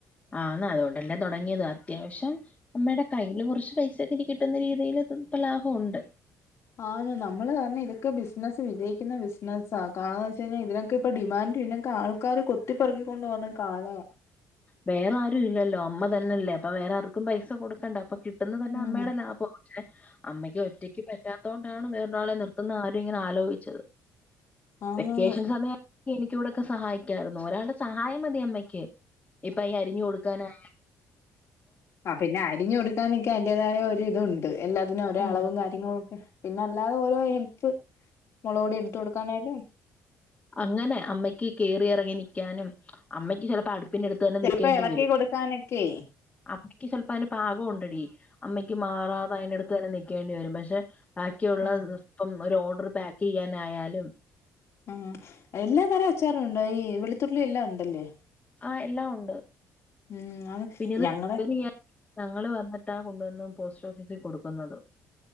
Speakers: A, on the left; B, on the left.
A: ആന്ന് അതുകൊണ്ടല്ലേ തുടങ്ങിയത് അത്യാവശ്യം അമ്മയുടെ കയ്യിൽ കുറച്ച് പൈസൊക്കെ ഇനി കിട്ടുന്ന രീതിയില് ഇപ്പൊ ലാഭമുണ്ട്
B: ആണ് നമ്മള് പറഞ്ഞ ഇതക്കെ ബിസിനസ് വിജയിക്കുന്ന ബിസിനസ കാരണം എന്ന് വെച്ചഴിഞ്ഞ ഇതിനെ ക്ക്പ്പ ഡിമാൻഡ്യുന്നൊക്കെ ആൾക്കാര് കൊത്തിപ്പറുകിക്കൊണ്ട് പോന്ന കാലവാ
A: വേറെ ആരും ഇല്ലല്ലോ അമ്മ തന്നെല്ലേ അപ്പൊ വേറെ ആർക്കും പൈസ കൊടുക്കണ്ട അപ്പൊ കി പട്ടുന്നതന്നെ
B: ഉം
A: അമ്മയുടെ ലാഭം ക്ഷെ അമ്മയ്ക്ക് ഒറ്റക്ക് പറ്റാത്തോണ്ടാണ് വേറൊരാളെ നിർത്തുന്ന ആരും ഇങ്ങനെ ആലോയ്ച്ചത്
B: ആന്നാന്ന്
A: വെക്കേഷൻ സമയ എനിക്കൂടെക്കെ സഹായിക്കായിരുന്നു ഒരാളുടെ സഹായം മതി അമ്മയ്ക്ക് ഇപ്പൊ അയി അരിഞ്ഞു കൊടുക്കാനായ
B: ആഹ് പിന്നെ അരിഞ്ഞു കൊടുക്കാനൊക്കെ അതിന്റേതായ ഒര് ഇതുണ്ട് എല്ലാ തിന് ഒരളവും
A: ഉം
B: കാര്യങ്ങളും ഒക്കെ പിന്നെ അല്ലാതെ ഓരോ ഹെൽപ് മുളകോടി എടുത്ത കൊടുക്കാനായാലും
A: അങ്ങനെ അമ്മയ്ക്ക് കേറിയിറങ്ങി നിക്കാനും അമ്മയ്ക്ക് ചിലപ്പോ അടുപ്പിന്റെറെ അടുത്ത് തന്നെ
B: ചിലപ്പോ
A: നക്കേണ്ടി
B: ഇളക്കി
A: വരും
B: കൊടുക്കാനൊക്കെ
A: അമ്മയ്ക്ക് ചെലപ്പോ അതിന് പാകം ഉണ്ടടി അമ്മയ്ക്ക് മാറാതെ അയ്ന്റെ അടുത്ത് തന്നെ നിക്കേണ്ടി വരും പക്ഷെ ബാക്കിയുള്ള
B: ഉം
A: ഇപ്പം ഒരു ഓർഡർ പാക്ക്യ്യാനായാലും
B: ഉം എല്ലാ തരം അച്ചാറുണ്ടോ ഈ വെളുത്തുള്ളി എല്ലാം ഉണ്ടല്ലേ
A: ആഹ് എല്ലാം ഉണ്ട്
B: ഉം അത്
A: പിന്നെത്
B: ഞങ്ങളടെ
A: <unintelligible> ഞങ്ങള് വന്നിട്ടാ കൊണ്ടോന്ന് പോസ്റ്റ് ഓഫീസിൽ കൊടുക്കുന്നുന്നത്